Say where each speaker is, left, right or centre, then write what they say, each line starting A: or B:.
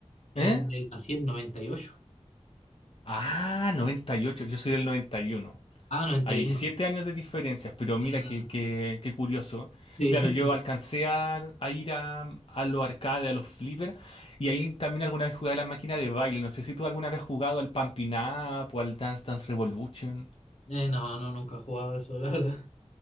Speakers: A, on the left (about 55°); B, on the left (about 75°).
A: ¿Eh?
B: Eh, nací en noventa y ocho
A: Ah, 98, yo soy del 91.
B: Ah, 91.
A: Hay siete años de diferencias, pero mira
B: Ah,
A: qué, qué, qué curioso.
B: sí.
A: Claro, yo alcancé a, a ir a, a los arcades, a los flippers, y ahí también alguna vez jugué a la máquina de baile. No sé si tú alguna vez has jugado al Pumping Up o al Dance Dance Revolution,
B: Eh, no, no, nunca he jugado eso, <laughs> la verdad.